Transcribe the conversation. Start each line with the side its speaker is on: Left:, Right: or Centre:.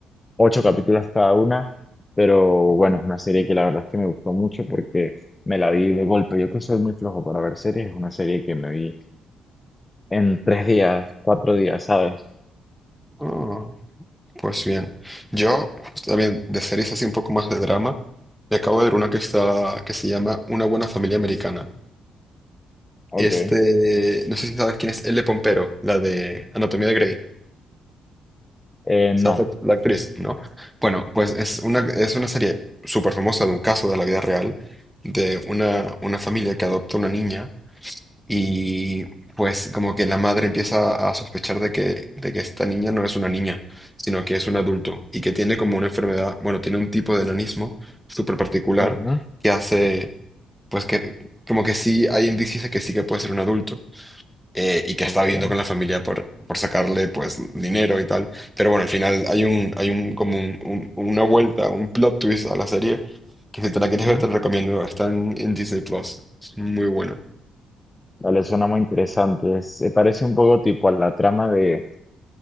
Left: ocho capítulos cada una, pero bueno, es una serie que la verdad es que me gustó mucho porque me la vi de golpe. Yo que soy muy flojo para ver series, es una serie que me vi en tres días, cuatro días, ¿sabes?
Centre: Ah, pues bien. Yo, pues, también, de series así un poco más de drama, me acabo de ver una que está, que se llama Una buena familia americana.
Left: Ok.
Centre: Este, no sé si sabes quién es Elle Pompero, la de Anatomía de Grey.
Left: Eh,
Centre: ¿Sabes
Left: no.
Centre: la, la actriz? ¿No? Bueno, pues es una, es una serie súper famosa de un caso de la vida real, de una, una familia que adopta una niña Y pues como que la madre empieza a sospechar de que, de que esta niña no es una niña, sino que es un adulto y que tiene como una enfermedad, bueno, tiene un tipo de enanismo súper particular
Left: Ujú,
Centre: que hace, pues que como que sí hay indicios de que sí que puede ser un adulto eh, y que
Left: Ok.
Centre: está viviendo con la familia por, por sacarle pues dinero y tal. Pero bueno, al final hay un, hay un como un- un- una vuelta, un plot twist a la serie que si te la quieres
Left: ujú.
Centre: ver te la recomiendo, está en, en Disney Plus, es muy buena.
Left: Vale, suena muy interesante. Se parece un poco tipo a la trama de,